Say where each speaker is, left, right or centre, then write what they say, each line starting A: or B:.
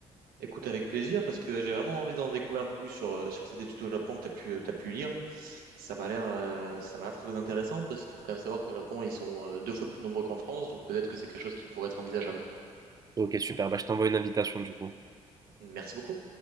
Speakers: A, on the right; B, on the right.
A: Écoute, avec plaisir, parce que j'ai vraiment envie d'en découvrir un peu plus sur, euh, sur cette étude au Japon que tu as pu, euh, t'as pu lire. Ça m'a l'air euh, ça m'a l'air très intéressant, parce qu'il faut quand même savoir qu'au Japon, ils sont euh, deux fois plus nombreux qu'en France, donc peut-être que c'est quelque chose qui pourrait être envisageable.
B: Ok, super. Bah, je t'envoie une invitation, du coup.
A: Merci beaucoup.